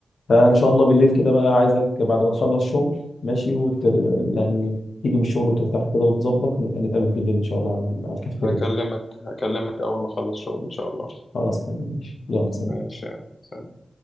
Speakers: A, on the left (about 75°); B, on the left (about 45°).
A: فان شاء الله بالليل كده بقى عايزك بعد ما تخلص شغل ماشي وتر... يعني تيجي من الشغل وترتاح كده وتظبط نبقى نتقابل بالليل ان شاء الله على على الكافيتيريا
B: هكلمك هكلمك اول ما اخلص شغل ان شاء الله
A: خلاص تمام ماشي يلا سلام
B: ماشي يا سلام.